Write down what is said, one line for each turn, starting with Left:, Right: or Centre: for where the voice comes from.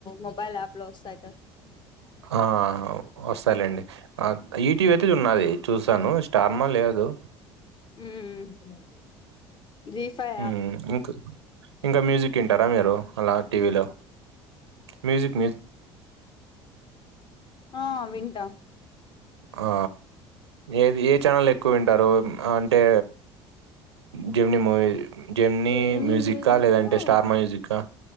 Left: మొబైల్ యాప్ లో వస్తాయి కదా
Right: ఆ వస్త ాలండి టీవ అయితే ఉన్నది చూస్తాను స్టార్మా లేదు
Left: ఆ జీఫై
Right: మ్మ్. ఇంకా ఇంకా మ్యూజిక్ తింటారా మీరు అలా టీవీలో మ్యూజక్
Left: ఆ ఆ వింటా
Right: ఆ ఏది ఏ ఛానల్ ఎక్కువ వింటారు అంటే జివని మూవీ జమ్ని
Left: జెమిని
Right: మ్యూజిక్క
Left: మ్యూజిక్
Right: లేదంటే
Left: లో
Right: స్టార్ మా మ్యూజికా